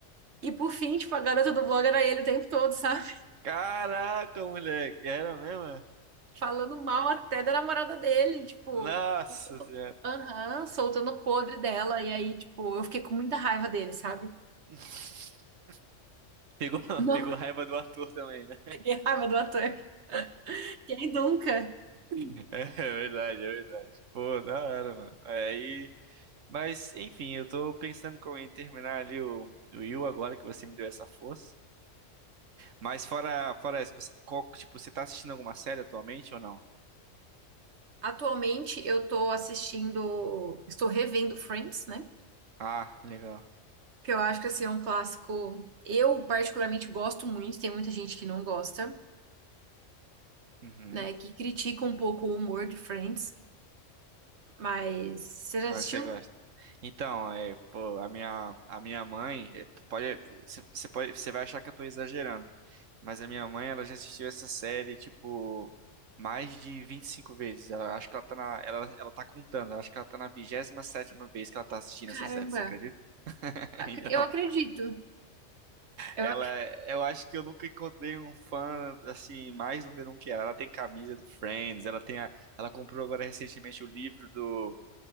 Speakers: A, on the right (about 65°); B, on the right (about 80°).
A: E por fim, tipo, a garota do blog era ele o tempo todo, sabe?
B: Caraca, moleque, era mesmo?
A: <laughs> Falando mal até da namorada dele, tipo,
B: Nossa senhora.
A: aham, soltando o podre dela. E aí, tipo, eu fiquei com muita raiva dele, sabe?
B: <laughs> Pegou,
A: Não,
B: pegou raiva do ator também, né?
A: <laughs> fiquei raiva do ator. Quem nunca?
B: <laughs> É verdade, é verdade. Pô, da hora, mano. Aí. Mas, enfim, eu tô pensando co- em terminar ali o, o Yu agora que você me deu essa força. Mas fora, fora essa, você, qual- tipo, você tá assistindo alguma série atualmente ou não?
A: Atualmente eu tô assistindo, estou revendo Friends, né?
B: Ah, legal.
A: Que eu acho que assim, é um clássico. Eu particularmente gosto muito, tem muita gente que não gosta,
B: Uhum.
A: né? Que critica um pouco o humor de Friends, mas você já
B: Mas
A: assistiu?
B: você gosta. Então, é, pô, a minha, a minha mãe, é, pode, você você pode, você vai achar que eu tô exagerando, mas a minha mãe, ela já assistiu essa série, tipo, mais de 25 vezes. Ela, acho que ela tá na, ela, ela tá contando, acho que ela tá na vigésima sétima vez que ela tá assistindo
A: Caramba,
B: essa série, você acredita? <laughs>
A: acre-
B: Então,
A: eu acredito. Eu
B: Ela,
A: ac-
B: eu acho que eu nunca encontrei um fã assim mais número um que ela. Ela tem camisa do Friends, ela tem a, ela comprou agora recentemente o livro do